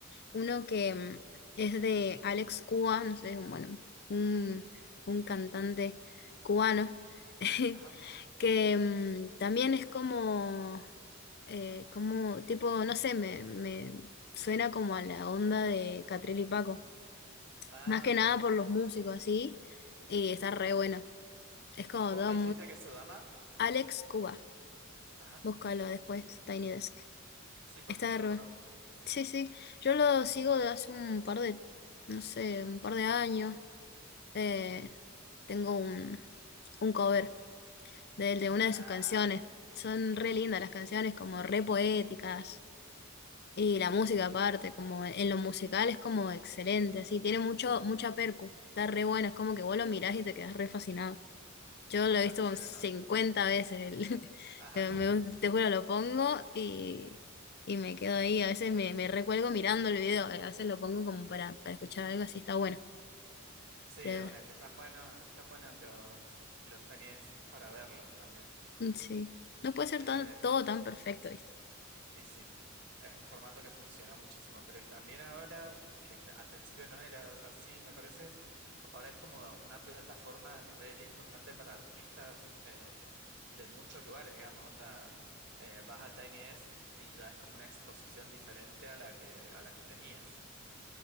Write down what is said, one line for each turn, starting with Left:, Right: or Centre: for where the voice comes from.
Left: Uno que mm, es de Alex Cuba, no sé, bueno, un, un cantante cubano, <laughs>
Right: Ajá.
Left: que mm, también es como, eh, como, tipo, no sé, me, me suena como a la onda de Catril y Paco.
Right: Ah,
Left: Más que
Right: mira.
Left: nada por los músicos, así, y está re bueno. Es como
Right: ¿Cómo
Left: todo
Right: me dijiste que es Sodama?
Left: Alex Cuba.
Right: Ajá.
Left: Búscalo después, Tiny Desk.
Right: Sí, porque
Left: Está
Right: no
Left: de
Right: lo
Left: rol.
Right: conozco.
Left: Sí, sí. Yo lo sigo de hace un par de, no sé, un par de años. Eh, tengo un, un cover de, de una
Right: Ah,
Left: de sus canciones. Son re lindas las canciones, como re poéticas. Y la música aparte, como en lo musical es como excelente, así. Tiene mucho, mucha percu. Está re bueno, es como que vos lo mirás y te quedás re fascinado. Yo lo
Right: claro,
Left: he visto
Right: se
Left: como 50
Right: le nota.
Left: veces. el- <laughs>
Right: Ajá.
Left: pero me gus- te juro, lo pongo y, y me quedo ahí. A veces me, me recuelgo mirando el video. eh, A veces lo pongo como para, para escuchar algo así. Está bueno.
Right: Sí,
Left: Te-
Right: de una, es que están buenos, están buenos los, los tenis para verlos también.
Left: mm, sí. No puede ser
Right: Eh,
Left: tan- todo tan perfecto, ¿viste?
Right: Y sí, es un formato que funciona muchísimo, pero y también ahora, que n- al principio no era así, me parece, ahora es como una plataforma re importante para artistas eh, de muchos lugares, digamos, onda, eh, vas al Tiny Desk y ya es como una exposición diferente a la que, a la que tenías.